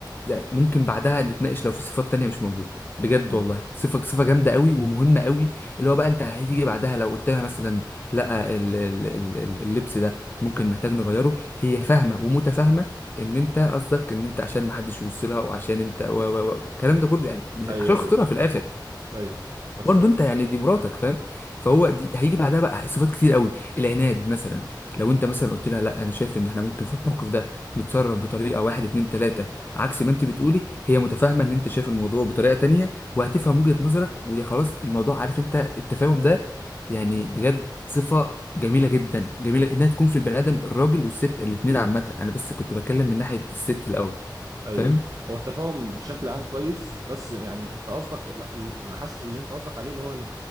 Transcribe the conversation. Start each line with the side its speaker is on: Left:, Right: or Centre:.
Left: يعني ممكن بعدها نتناقش لو في صفات تانية مش موجودة بجد
Right: مم.
Left: والله صفة صفة جامدة قوي ومهمة قوي اللي هو بقى انت هتيجي بعدها لو قلت لها مثلا لا ال- ال- ال- ال- اللبس ده ممكن محتاج نغيره هي فاهمة ومتفاهمة ان انت قصدك ان انت عشان محدش يبص لها وعشان انت و و و الكلام ده كله يعني مش-
Right: ايوه
Left: عشان خاطرها
Right: ايوه
Left: في الاخر
Right: ايوه بس
Left: برضه انت يعني دي مراتك فاهم فهو دي هيجي بعدها بقى صفات كتير قوي العناد مثلا لو انت مثلا قلت لها لا انا شايف ان احنا ممكن في الموقف ده نتصرف بطريقه واحد اتنين تلاته عكس ما انت بتقولي هي متفاهمه ان انت شايف الموضوع بطريقه تانيه وهتفهم وجهه نظرك ويا خلاص الموضوع عارف انت التفاهم ده يعني بجد صفه جميله جدا جميله انها تكون في البني ادم الراجل والست الاتنين عامه انا بس كنت بتكلم من ناحيه الست الاول
Right: ايوه
Left: فاهم
Right: هو التفاهم بشكل عام كويس بس يعني انت قصدك لا، ال- انا حاسس اللي انت قصدك عليه اللي هو